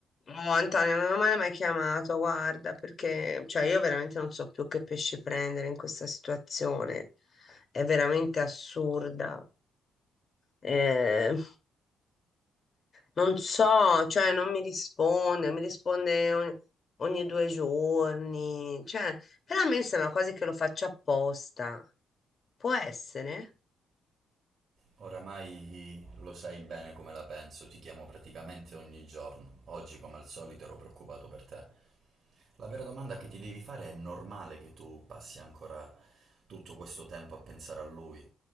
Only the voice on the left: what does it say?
Oh, Antonio, non mi hai mai chiamato, guarda, perché cioè, io veramente non so più che pesci prendere in questa situazione. È veramente assurda. Eh, non so, cioè, non mi risponde, mi risponde ogni, ogni due giorni. Cioè, però a me sembra quasi che lo faccia apposta. Può essere?